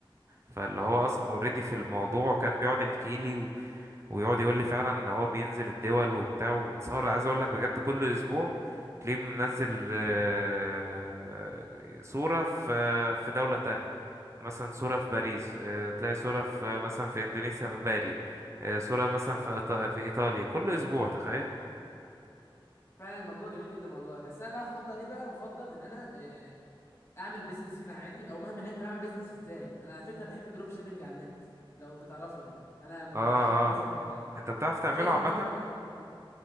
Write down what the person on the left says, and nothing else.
حلو
فعلا الموضوع ده جميل جدا والله بس انا تعرف افضل ايه بقى انا بفضل ان انا آه، اعمل بيزنس هنا عادي او مهما يكون اعمل بيزنس ازاي انا على فكره بحب الدروب شيبنج على النت لو انت تعرفه يعني انا من
عشاق هذا
المجال
وشايفه
ان هو من المجالات الجميله